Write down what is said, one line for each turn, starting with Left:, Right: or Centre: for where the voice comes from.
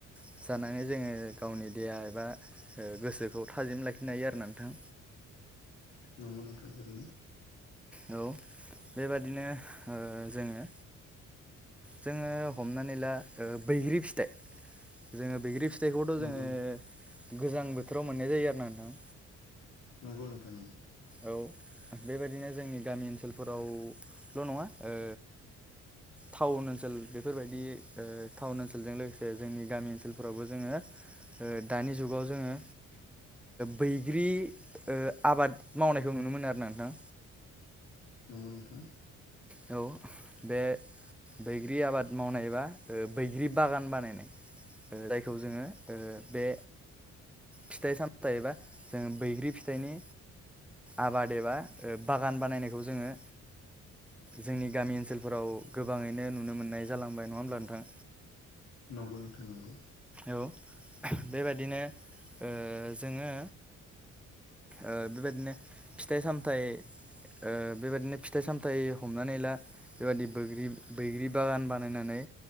Centre: जानानै जोङो गावनि देहा एबा गोसोखौ थाजिम लाखिनो हायो आरो ना नोंथां।
Left: नंगौ नोंथां। दानि
Centre: औ बेबादिनो जोङो जोङो हमनानै ला बैग्रि फिथाइ जोङो बैग्रि फिथाइ फिथाइखौथ'
Left: नंगौ
Centre: जोङो गोजां बोथोराव मोननाय जायो आरोना नोंथां।
Left: नंगौ नोंथां नंगौ।
Centre: औ बेबायाददिनो जोंनि गामि ओनसोलफोरावल' नङा ओ टाउन ओनसोल बेफोरबायदि टाउन ओनसोलजों लोगोसे जोंनि गामि ओनसोलफोरावबो जोङो दानि जुगाव जोङो बैग्रि आबादफददड मावनायखौ नुनो मोनो आरो ना नोंथां।
Left: नंगौ नोंथां।
Centre: औ बे बैग्रि आबाद मावनाय एबा बैग्रि बागान बानायनाय। जायखौ जोङो ओ बे फिथाइ सामथायाइबा जोङो बैग्रि फिथाइनि आबाद एबा बागान बानायनायखौ जोङो जोंनि गामि ओनसोलफोराव गोबाङैनो नुनो मोननाय जालांबाय नङा होमब्ला नोंथां।
Left: नंगौ नोंथा नंगौ।
Centre: औ बेबायदिनो ओ जोङो ओ बेबायदिनो फिथाइ सामथाइ ओ बेबायदिनो फिथाइ सामथाय हमनानै ला बेबायादि बग्रि बैग्रि बागान बानायनानै